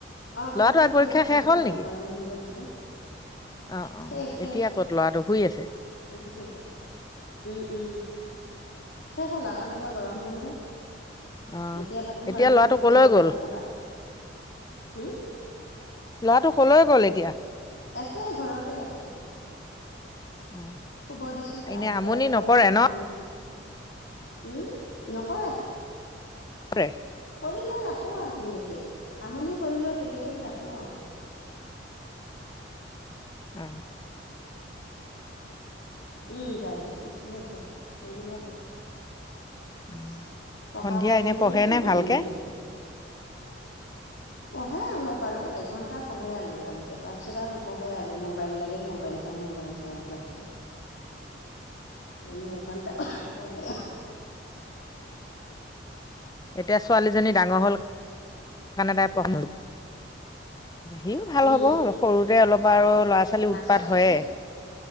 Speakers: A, on the left; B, on the left.
A: অ পৰীক্ষা
B: ল'ৰাটো আজি
A: শেষ, কালি পুৱা
B: হ'ল নেকি?
A: গৰম বন্ধ দিছে।
B: অ', অ',
A: শেষ শেষ,
B: এতিয়া ক'ত ল'ৰাটো শুই আছে
A: আজি শেষ হল। উম উম শেষ হলা, কালি পৰা গৰম বন্ধ।
B: অ',
A: এতিয়া ভাবিম আৰু
B: ল'ৰাটো
A: ফুৰিব
B: কলৈ
A: যোৱাৰ
B: গ'ল?
A: কথা ক'বাত। উম
B: ল'ৰাটো কলৈ গ'ল এতিয়া।
A: আছে ঘৰতে আছে। শুব
B: অ',
A: দিছো গা
B: এনে আমনি
A: ধুৱাই পেলাই
B: নকৰে
A: শুব
B: ন?
A: মানে। উম নকৰে।
B: কৰে।
A: কৰিলে ৰাখো আৰু তেনেকে, আমনি কৰিলেও তেনেকে ৰাখো আৰু। <inaudible>
B: অ
A: উম যাই যায় স্কুলত যায় ৰেগুলাৰ যায় <unintelligible>
B: অ'।
A: পঢ়া
B: সন্ধিয়া
A: পাৰিলেও
B: এনে পঢ়ে
A: যায়
B: নে
A: নোৱাৰিলেও
B: ভালকে?
A: যায় পঢ়ে অলপ আৰু এঘণ্টা পঢ়ে আৰু ভালকৈ তাৰপিছত আৰু নপঢ়ে আৰু মোবাইল লাগে মোবাইল চাম ম <unintelligible> মোবাইল চাওকে থাকে এনেই এঘণ্টা পঢ়ে
B: এতিয়া ছোৱালীজনী ডাঙৰ হল কাৰণে তাই সিও ভাল
A: উম
B: হব সৰুতে অলপ আৰু ল'ৰা
A: তাইক
B: ছোৱালী
A: নাচত
B: উৎপাত
A: দিছো
B: হয়ে